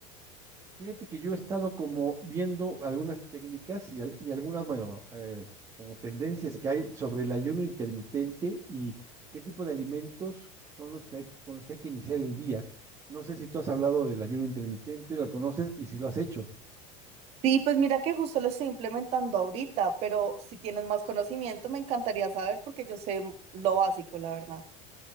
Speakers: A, on the right; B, on the right.
A: Fíjate que yo he estado como viendo algunas técnicas y, al- y algunas, bueno, eh, como tendencias que hay sobre el ayuno intermitente y qué tipo de alimentos son los que hay, con los que hay que iniciar el día. No sé si tú has hablado del ayuno intermitente, lo conoces y si lo has hecho.
B: Sí, pues mira que justo lo estoy implementando ahorita, pero si tienes más conocimiento me encantaría saber porque yo sé lo básico, la verdad.